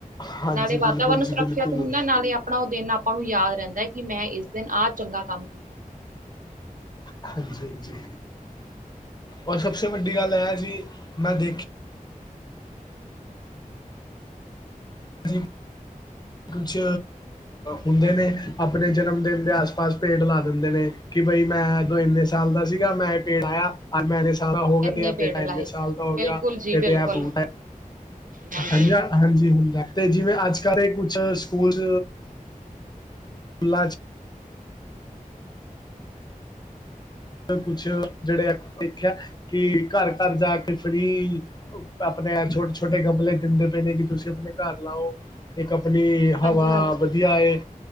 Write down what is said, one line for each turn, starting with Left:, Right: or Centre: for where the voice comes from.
Left: ਹਾਂਜੀ
Right: ਨਾਲੇ ਵਾਤਾਵਰਨ
Left: ਬਿਲਕੁਲ
Right: ਸੁਰੱਖ-
Left: ਜੀ ਬਿਲਕੁਲ
Right: ਉਹਨਾਂ ਨਾਲ ਹੀ ਆਪਣਾ ਉਹ ਦਿਨ ਆਪਾਂ ਨੂੰ ਯਾਦ ਰਹਿੰਦਾ ਕਿ ਮੈਂ ਇਸ ਦਿਨ ਆਹ ਚੰਗਾ ਕੰਮ ਕੀਤਾ।
Left: ਹਾਂਜੀ-ਹਾਂਜੀ। ਔਰ ਸਭਸੇ ਵੱਡੀ ਗੱਲ ਇਹ ਜੀ, ਮੈਂ ਦੇਖਿਆ ਹਾਂਜੀ। ਕੁਛ, ਹੁੰਦੇ ਨੇ। ਆਪਣੇ ਜਨਮ ਦਿਨ ਦੇ ਆਸ-ਪਾਸ ਪੇੜ ਲਾ ਦਿੰਦੇ ਨੇ। ਕਿ ਬਈ ਮੈਂ ਉਦੋ ਇੰਨੇ ਸਾਲ ਦਾ ਸੀਗਾ ਮੈਂ ਪੇੜ ਲਾਇਆ। ਅੱਜ ਮੈਂ ਇੰਨੇ ਸਾਲ ਦਾ ਹੋ ਗਿਆ,
Right: ਇੰਨੇ
Left: ਤੇ ਆਹ
Right: ਪੇੜ
Left: ਬੇਟਾ
Right: ਲਾਏ
Left: ਇੰਨੇ ਸਾਲ ਦਾ ਹੋ ਗਿਆ।
Right: ਬਿਲਕੁਲ ਜੀ
Left: ਇਹ ਤੇ
Right: ਬਿਲਕੁਲ
Left: ਆਹ ਬੂਟਾ
Right: ਹਾਂਜੀ
Left: ਹਾਂਜੀ-ਹਾਂਜੀ ਹੁੰਦਾ ਤੇ ਜਿਵੇਂ ਅੱਜ-ਕੱਲ੍ਹ ਇਹ ਕੁਛ ਸਕੂਲ 'ਚ <unintelligible> ਕੁਛ, ਜਿਹੜੇ ਆ ਦੇਖਿਆ ਕਿ ਘਰ-ਘਰ ਜਾ ਕੇ ਫਰੀ ਆਪਣੇ ਅਹ ਛੋਟੇ-ਛੋਟੇ ਗਮਲੇ ਦਿੰਦੇ ਪਏ ਨੇ ਕਿ ਤੁਸੀਂ ਆਪਣੇ ਘਰ ਲਾਓ, ਇੱਕ ਆਪਣੀ
Right: ਹਾਂਜੀ
Left: ਹਵਾ
Right: ਹਾਂਜੀ
Left: ਵਧੀਆ ਏ।